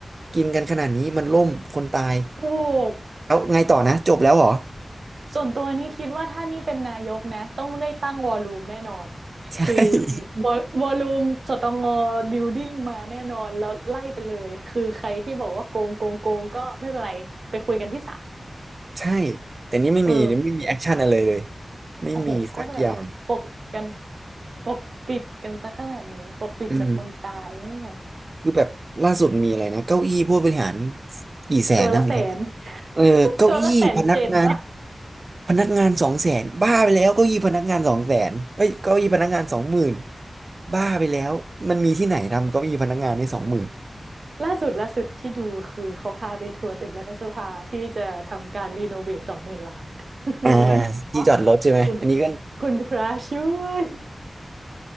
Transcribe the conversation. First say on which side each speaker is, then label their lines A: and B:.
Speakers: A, on the right (about 45°); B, on the right (about 65°).
A: กินกันขนาดนี้มันล่มคนตาย
B: ถูก
A: แล้วไงต่อนะจบแล้วเหรอ
B: ส่วนตัวนี่คิดว่าถ้านี่เป็นนายกนะต้องได้ตั้งวอลลุ่มแน่นอน
A: ใช่
B: คือวอลวอลลุ่มสตงบิลดิ้งมาแน่นอนแล้วไล่ไปเลยคือใครที่บอกว่าโกงโกงโกงก็ไม่เป็นไรไปคุยกันที่ศาล
A: ใช่แต่นี่ไม่มีไม่มีแอคชั่นอะไรเลย
B: เออ
A: ไม่มีสักอย่าง
B: โอ้โหก็แบบปกกันปกปิดกันซะขนาดนี้ปกปิดจากคนตายไม่ไหว
A: อืมคือแบบล่าสุดมีอะไรนะเก้าอี้ผู้บริหารกี่แสนนะเหมือนกัน
B: ตัวละแสน <laughs>
A: เออเก้าอี้พนักงาน
B: ตัวละแสนเจ็ดปะ
A: พนักงานสองแสนบ้าไปแล้วเก้าอี้พนักงานสองแสนเอ้ยเก้าอี้พนักงานสองหมื่นบ้าไปแล้วมันมีที่ไหนทำเก้าอี้พนักงานได้สองหมื่น
B: ล่าสุดล่าสุดที่ดูคือเขาพาไปทัวร์ตึกรัฐสภาที่จะทำการรีโนเวทสองหมื่นล้าน <laughs> คือแบบเนาะ
A: อ่าที่จอดรถใช่ไหมอันนี้ก็
B: คุณคุณพระช่วย